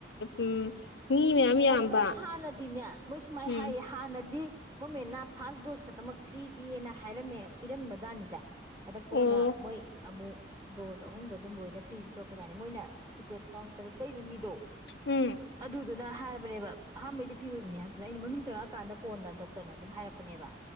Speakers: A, on the left; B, on the right.
A: ꯎꯝ ꯃꯤ ꯃꯌꯥꯝ ꯌꯥꯝꯕ
B: ꯑꯗꯣ ꯃꯣꯏ ꯍꯥꯟꯅꯗꯤꯅꯦ ꯃꯣꯏ ꯁꯨꯃꯥꯏꯅ
A: ꯎꯝ
B: ꯍꯥꯏꯌꯦ ꯍꯥꯟꯅꯗꯤ ꯒꯣꯔꯃꯦꯟꯅ ꯐꯥꯔꯁ ꯗꯣꯁ ꯈꯛꯇꯃꯛ ꯐ꯭ꯔꯤ ꯄꯤꯌꯦꯅ ꯍꯥꯏꯔꯝꯃꯦ ꯄꯤꯔꯝꯕ ꯖꯥꯠꯅꯤꯗ ꯑꯗ ꯀꯣꯟꯅ
A: ꯑꯣ
B: ꯃꯣꯏ ꯑꯃꯨꯛ ꯗꯣꯁ ꯑꯍꯨꯝꯗꯣ ꯑꯗꯨꯝ ꯂꯣꯏꯅ ꯐ꯭ꯔꯤ ꯄꯤꯊꯣꯔꯛꯄꯖꯥꯠꯅꯦ ꯃꯣꯏꯅ ꯇꯤꯛꯀꯦꯠ ꯀꯥꯎꯟꯇꯔ ꯀꯩꯕ ꯃꯤꯗꯣ
A: ꯎꯝ
B: ꯑꯗꯨꯗꯨꯅ ꯍꯥꯏ ꯅꯦꯕ ꯑꯍꯥꯟꯕꯩ ꯐꯤ ꯑꯣꯏꯕꯅꯦ ꯍꯥꯏꯕꯁꯤꯗꯅ ꯑꯩꯅ ꯃꯅꯨꯡ ꯆꯪꯉꯛꯑꯀꯥꯟꯗ ꯀꯣꯟꯅ ꯗꯣꯛꯇꯔꯅ ꯑꯗꯨꯝ ꯍꯥꯏꯔꯛꯄꯅꯦꯕ